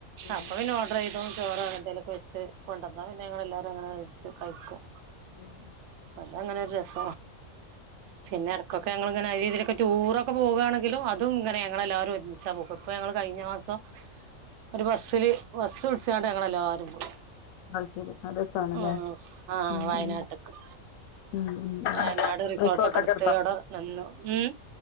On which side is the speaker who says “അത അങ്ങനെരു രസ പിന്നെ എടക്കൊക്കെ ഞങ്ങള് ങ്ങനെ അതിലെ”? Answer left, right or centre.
Right